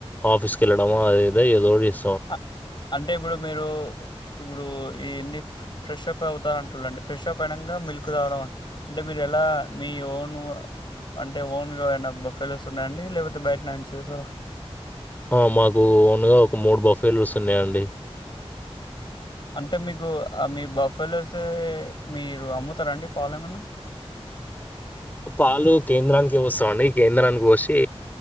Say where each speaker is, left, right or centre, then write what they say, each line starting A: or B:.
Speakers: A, on the left; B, on the left.
A: ఆఫీస్కి వెళ్ళడమో అది ఇది ఏదో చేస్త
B: అ అంటే ఇప్పుడు మీరూ ఇప్పుడు ఇన్ని ఫ్రెష్ అప్ అవుతారు అంటుండి ఫ్రెష్ప్ అయినక మిల్క్ తాగడం అంటే మీరు ఎలా మీ ఓన్ అంటే ఓన్గా అయినా <unintelligible> ఉన్నాయండి లేకపోతే బయ లంచ్ చేసావా
A: ఆ మాకు ఓన్గా ఒక మూడు బఫెలోస్ ఉన్నాయండీ
B: అంటే మీకు మీ బుఫ్ఫేలోస్ మీరు అమ్ముతారా అండి పాలు ఏమనా
A: పాలు కేంద్రానికి పోస్తాం అండి ఈ కేంద్రానికి పోసి